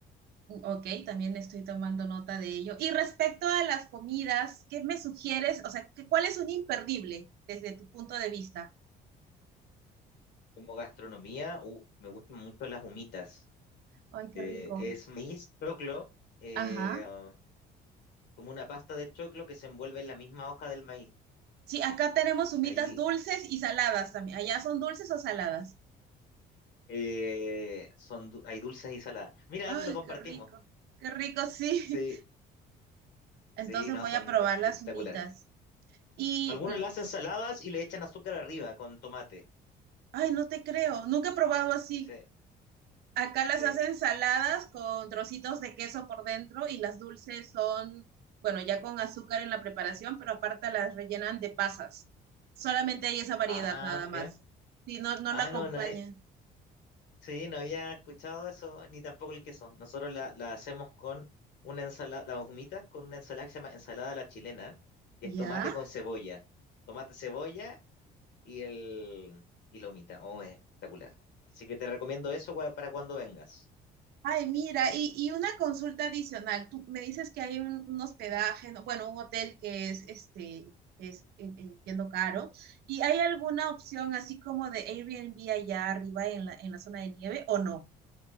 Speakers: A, on the right (about 70°); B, on the left (about 80°).
A: Ok, también estoy tomando nota de ello. Y respecto a las comidas, ¿qué me sugieres? O sea, ¿qué- ¿cuál es un imperdible desde tu punto de vista?
B: Como gastronomía, uh, me gustan mucho las humitas.
A: Ay, qué
B: Eh,
A: rico.
B: es maíz choclo, eh,
A: Ajá.
B: ah, como una pasta de choclo que se envuelve en la misma hoja del maíz.
A: Sí, acá tenemos humitas
B: Ahí
A: dulces y saladas también. ¿Allá son dulces o saladas?
B: eh, son, du- hay dulces y saladas. Mira,
A: Ay,
B: lo compartimos.
A: qué rico, qué rico, sí.
B: Sí,
A: <laughs>
B: sí,
A: Entonces
B: no,
A: voy
B: son
A: a probar
B: espectaculares.
A: las humitas. Y,
B: Algunos
A: mm,
B: le hacen saladas y le echan azúcar arriba con tomate.
A: ay, no te creo, nunca he probado así.
B: Sí,
A: Acá las
B: sí.
A: hacen saladas con trocitos de queso por dentro y las dulces son, bueno, ya con azúcar en la preparación, pero aparte las rellenan de pasas. Solamente hay esa variedad
B: Ah,
A: nada
B: mira.
A: más. Si no, no
B: Ah,
A: la acompañan.
B: no, no, Sí, no había escuchado eso, ni tampoco el queso. Nosotros la, la hacemos con una ensalada, la humita con una ensalada que se llama ensalada a la chilena, que
A: ¿Ya?
B: es tomate con cebolla. Tomate, cebolla y el y la humita. Oh, es espectacular. Así que te recomiendo eso gua- para cuando vengas.
A: Ay, mira, y, y una consulta adicional. Tú me dices que hay un, un hospedaje, no, bueno, un hotel que es, este, es, en- entiendo, caro. ¿Y hay alguna opción así como de Airbnb allá arriba en la, en la zona de nieve o no?